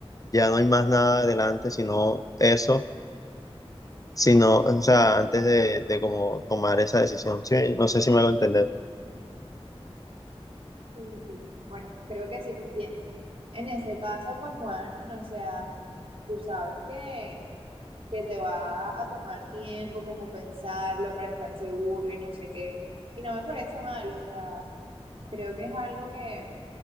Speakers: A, on the left; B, on the right.
A: ya no hay más nada adelante, sino eso, sino, o sea, antes de, de como tomar esa decisión. Sí, no sé si me hago entender.
B: Sí, sí. Bueno, creo que sí te entiendo. En ese caso, pues Juan, o sea, tú sabes que, que te va a tomar tiempo como pensarlo para estar seguro y no sé qué. Y no me parece mal, o sea, creo que es algo que,